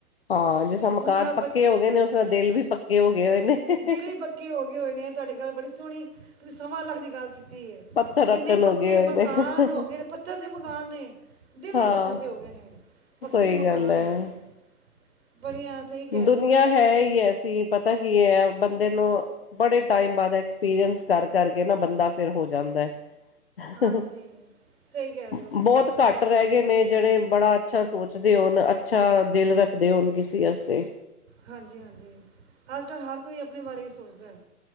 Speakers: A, on the left; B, on the right.
A: ਹਾਂ ਜਿਸ ਤਰ ਮਕਾਨ
B: ਹੁਣ ਲ ਬ
A: ਪੱਕੇ ਹੋ ਗਏ ਨੇ ਉਸਦਾ ਦਿਲ ਵੀ ਪੱਕੇ ਹੋ ਗਏ ਹੋਏ ਨੇ
B: ਦਿਲ ਵੀ ਪੱਕੇ ਹੋ ਗਏ ਹੋਏ ਨੇ ਆ ਤੁਹਾਡੀ ਗੱਲ ਬੜੀ ਸੋਹਣੀ ਤੁਸੀਂ ਸਮਾਂ ਲੱਖ ਦੀ ਗੱਲ ਕੀਤੀ ਹੈ
A: ਪੱਥਰ
B: ਜਿੰਨੇ
A: ਰੱਖਣ
B: ਪੱਕੇ
A: ਹੋ ਗਏ ਹੋਏ
B: ਮਕਾਨ
A: ਨੇ
B: ਹੋ ਗਏ ਨੇ ਪੱਥਰ ਦੇ ਮਕਾਨ ਨੇ ਦਲੀ
A: ਹਾਂ
B: ਪੱਥਰ ਤੇ ਹੋ ਗਏ ਨੇ ਪੱਕੇ
A: ਸਹੀ
B: ਮਕਾਨ
A: ਗੱਲ ਹੈ
B: ਹੋ ਗਏ ਨੇ ਬੜੀਆਂ ਸਹੀ ਕਹਿ
A: ਦੁਨੀਆਂ
B: ਰਹੇ ਹੋ ਪਹਿਲੇ
A: ਹੈ ਹੀ ਐਸੀ ਪਤਾ ਕੀ ਬੰਦੇ ਨੂੰ ਬੜੇ ਟਾਈਮ ਬਾਅਦ ਐਕਸਪੀਰੀੰਸ ਕਰ-ਕਰਕੇ ਨਾ ਬੰਦਾ ਫਿਰ ਹੋ ਜਾਂਦਾ ਹੈ।
B: ਹਾਂਜੀ ਸਹੀ ਕਹਿ ਰਹੇ ਹੋ
A: ਬਹੁਤ ਘੱਟ
B: ਐਕਸ
A: ਰਹਿ ਗਏ ਨੇ ਜਿਹੜੇ ਬੜਾ ਅੱਛਾ ਸੋਚਦੇ ਹੋਣ ਅੱਛਾ ਦਿਲ ਰੱਖਦੇ ਹੋਣ ਕਿਸੇ ਆਸਤੇ
B: ਹਾਂਜੀ ਹਾਂਜੀ ਅੱਜ ਕੱਲ੍ਹ ਹਰ ਕੋਈ ਆਪਣੇ ਬਾਰੇ ਹੀ ਸੋਚਦਾ ਹੈ।